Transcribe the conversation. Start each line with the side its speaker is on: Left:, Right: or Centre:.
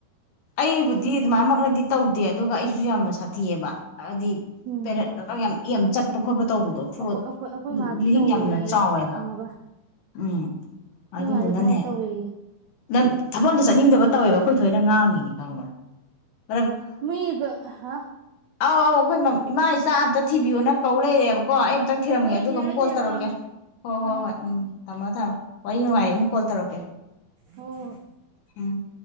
Left: ꯑꯩꯕꯨꯗꯤ ꯑꯗꯨꯃꯥꯏꯃꯛꯅꯗꯤ ꯇꯧꯗꯦ ꯑꯗꯨꯒ ꯑꯩ ꯁꯨ ꯌꯥꯝꯅ ꯁꯥꯊꯤꯑꯕ꯫ ꯍꯥꯏꯗꯤ
Right: ꯎꯝ
Left: ꯄꯦꯔꯠ ꯌꯥꯝ ꯏ ꯌꯥꯝ ꯆꯠ <unintelligible> ꯇꯧꯕꯗꯣ ꯐ꯭ꯔꯣꯗ
Right: ꯑꯩꯈꯣꯏ ꯑꯩꯈꯣꯏ ꯑꯩꯈꯣꯏ ꯃꯥꯁꯨ
Left: ꯕꯂꯤꯗꯤꯡ
Right: ꯇꯧꯋꯦꯌꯦ
Left: ꯌꯥꯝꯅ ꯆꯥꯎꯋꯦꯕ
Right: ꯈꯪꯉꯕ
Left: ꯎꯝ
Right: ꯑꯩꯈꯣꯏ
Left: ꯑꯗꯨꯗꯨꯅꯅꯦ
Right: ꯃꯥꯁꯨ ꯊꯥꯏꯅ ꯇꯧꯋꯦꯌꯦ
Left: ꯅ ꯊꯕꯛꯗꯣ ꯆꯠꯅꯤꯡꯗꯕ ꯇꯧꯋꯦꯕ ꯑꯩꯈꯣꯏ ꯊꯣꯏꯅ ꯉꯥꯡꯉꯤꯅꯦ <unintelligible>
Right: ꯃꯤꯒ ꯍꯥ꯫
Left: ꯑꯧ - ꯑꯧ ꯑꯈꯣꯏ ꯏꯃꯥꯏ ꯆꯥꯛ ꯑꯝꯇ ꯊꯤꯕꯤꯌꫭꯅ ꯀꯧ ꯂꯩꯔꯦ꯫ ꯀꯣ ꯑꯩ ꯑꯝꯛꯇꯪ ꯊꯤꯔꯝꯒꯦ
Right: ꯍꯣꯏ
Left: ꯑꯗꯨꯒ
Right: ꯊꯤꯔꯣ
Left: ꯑꯃꯨꯛ ꯀꯣꯜ
Right: ꯊꯤꯔꯣ
Left: ꯇꯧꯔꯛꯀꯦ
Right: ꯑꯥ
Left: ꯍꯣꯏ-
Right: ꯑꯥ
Left: ꯍꯣꯏ - ꯍꯣꯏ ꯎꯝ ꯊꯝꯃꯣ ꯊꯝꯃꯣ꯫ ꯋꯥꯔꯤ ꯅꯨꯡꯉꯥꯏꯔꯤ ꯑꯃꯨꯛ ꯀꯣꯜ ꯇꯧꯔꯛꯀꯦ꯫
Right: ꯍꯣꯏ ꯫
Left: ꯎꯝ꯫